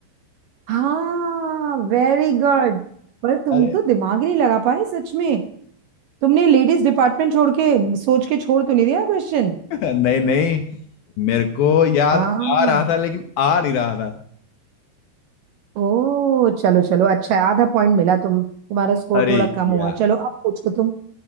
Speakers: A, on the right; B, on the left.
A: हाँ वेरी गुड पर तुम
B: अरे
A: तो दिमाग ही नहीं लगा पाए सच में तुमने लेडीज डिपार्टमेंट छोड़ के सोच के छोड़ तो नहीं दिया क्वेश्चन
B: <laughs> नहीं नहीं मेरे को याद
A: हाँ
B: आ रहा था लेकिन आ नहीं रहा था
A: ओ चलो चलो अच्छा है, आधा पॉइंट मिला तुम तुम्हारा स्कोर
B: अरे
A: थोड़ा कम हुआ
B: यार
A: चलो अब पूछो तुम